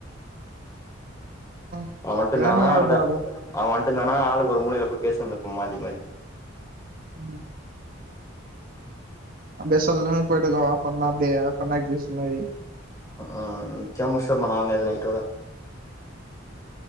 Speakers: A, on the right; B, on the left.
A: <inaudible>
B: அவ வந்ட்டுந்தானா
A: சரியான மழ வருதுடா
B: அ
A: அப்போ
B: அவ வந்ட்டுந்தானா ஆளுக்கு ஒரு மூலைலப் போய் பேஸ் இந்துருப்போ மாத்தி மார்
A: ம் அப்வே சொல்லன் போயிட்டுக்கோ வா சொன்னா அப்படியே சொன்னா ப்படி சொன்ன மாரி
B: ஆ ச்சம் முஷா மாங் நேத் நைட்டோட